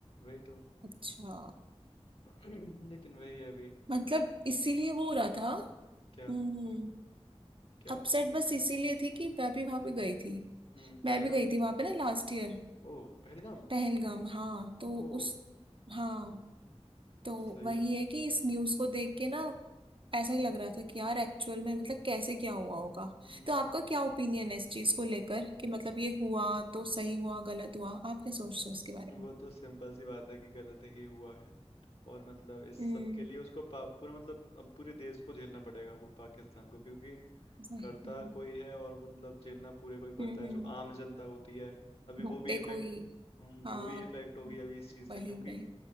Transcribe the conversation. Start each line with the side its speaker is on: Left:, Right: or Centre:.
Left: वही तो
Right: अच्छा
Left: <clears throat> लेकिन वही है अभी
Right: मतलब इसीलिए वो हो रहा था
Left: क्या
Right: हम्म
Left: क्या
Right: अपसेट बस इसीलिए थी कि मैं भी वहां पे गई थी
Left: हम्म
Right: मैं
Left: पहलगाम
Right: भी गई थी वहां पे ना लास्ट ईयर
Left: ओ पहलगाम
Right: पहलगाम हाँ तो
Left: ओ
Right: उस हाँ तो
Left: सही
Right: वही
Left: है
Right: है कि इस न्यूज को देख के ना ऐसा ही लग रहा था कि यार एक्चुअल में मतलब कैसे क्या हुआ होगा
Left: हम्म
Right: तो आपका क्या ओपिनियन है इस चीज को लेकर कि मतलब ये हुआ तो सही हुआ गलत हुआ आप क्या सोचते हो इसके बारे
Left: वो
Right: में
Left: तो सिंपल सी बात है कि गलत ही हुआ है और मतलब इस
Right: हम्म
Left: सब के लिए उसको पा, पूरा मतलब अब पूरे देश को झेलना पड़ेगा वो पाकिस्तान को क्योंकि
Right: वही
Left: करता
Right: हम्म
Left: कोई है और मतलब झेलना पूरे कोई पड़ता
Right: हम्म
Left: है जो आम जनता होती है अभी
Right: भुट्टे
Left: वो भी इफेक्ट
Right: कोई हाँ
Left: वो भी इफेक्ट होगी अभी इस चीज से
Right: वही
Left: क्योंकि
Right: वही